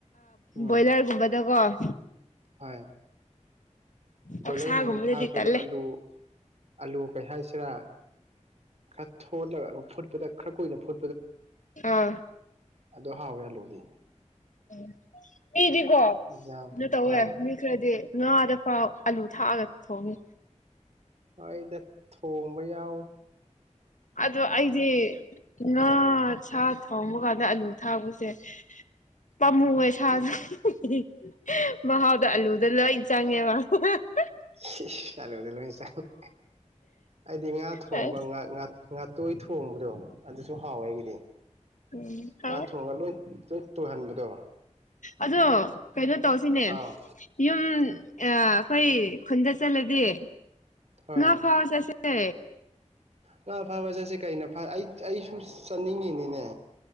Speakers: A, on the right (about 60°); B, on the left (about 80°).
A: ꯎꯝ
B: ꯕꯣꯏꯂꯔꯒꯨꯝꯕꯗꯀꯣ <inaudible>
A: ꯍꯣꯏ ꯕꯣꯏꯂꯔꯒꯨꯝꯕꯗ
B: ꯑꯣꯛꯁꯥꯒꯨꯝꯕꯗꯗꯤ
A: ꯊꯥꯛꯄꯗꯣ
B: ꯇꯜꯂꯦ
A: ꯑꯂꯨ ꯑꯂꯨ ꯀꯩ ꯍꯥꯏꯁꯤꯔꯥ ꯈꯔ ꯊꯣꯂꯒ ꯐꯨꯠꯄꯗ ꯈꯔ ꯀꯨꯏꯅ ꯐꯨ
B: ꯑꯥ
A: ꯑꯗ ꯍꯥꯎꯋꯦꯜꯂꯨꯗꯤ
B: ꯎꯝ ꯃꯤꯗꯤꯀꯣ
A: ꯏꯟꯖꯥꯡ
B: ꯀꯩꯅꯣ ꯇꯧꯋꯦ
A: ꯍꯣꯏ
B: ꯃꯤ ꯈꯔꯗꯤ ꯉꯥꯗ ꯐꯥꯎ ꯑꯂꯨ ꯊꯥꯛꯑꯒ ꯊꯣꯡꯉꯤ
A: ꯑꯩꯗ ꯊꯣꯡꯕ ꯌꯥꯎꯋꯤ
B: ꯑꯗꯣ ꯑꯩꯗꯤ ꯉꯥ
A: ꯎꯝ
B: ꯁꯥ ꯊꯣꯡꯕ ꯀꯥꯟꯗ ꯑꯂꯨ ꯊꯥꯕꯁꯦ ꯄꯥꯝꯃꯨꯉ ꯁꯥꯁꯨ ꯍꯦꯍꯦ ꯃꯍꯥꯎꯗ ꯑꯂꯨ ꯂꯣꯏ ꯆꯥꯡꯉꯦꯕ ꯍꯨ ꯍꯥ ꯍꯥ
A: ꯏꯁ ꯏꯁ ꯑꯂꯨꯗ ꯂꯧ ꯆꯡꯉꯦ ꯑꯩꯗꯤ ꯉꯥ ꯊꯣꯡꯕ
B: ꯎꯝ
A: ꯉꯥ ꯉꯥꯇꯣꯏ ꯊꯣꯡꯕꯗꯣ ꯑꯗꯨꯁꯨ ꯍꯥꯎꯋꯦꯒꯤꯗꯤ
B: ꯎꯝ ꯍꯥꯎꯋꯦ
A: ꯉꯥ ꯊꯣꯡꯉꯒ ꯂꯣꯏ ꯇꯨꯍꯟꯕꯗꯣ
B: ꯑꯗꯣ ꯀꯩꯅꯣ ꯇꯧꯁꯤꯅꯦ
A: ꯑꯥ
B: ꯌꯨꯝ ꯑꯥ ꯑꯩꯈꯣꯏ ꯈꯨꯟꯗ ꯆꯠꯂꯗꯤ
A: ꯍꯣꯏ
B: ꯉꯥ ꯐꯥꯎ ꯆꯠꯁꯦ
A: ꯉꯥ ꯐꯕ ꯆꯠꯁꯤꯦ ꯀꯩꯅ ꯑꯩ ꯑꯩꯁꯨ ꯆꯠꯅꯤꯡꯉꯤꯅꯤꯅꯦ